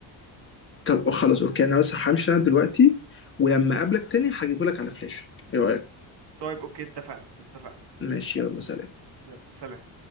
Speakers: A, on the left; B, on the right.
A: طب خلاص اوكي انا بس همشي انا دلوقتي ولما اقابلك تاني هجيبه لك على فلاش ايه رايك
B: طيب اوكي اتفقنا اتفقنا
A: ماشي يلا سلام
B: يلا سلام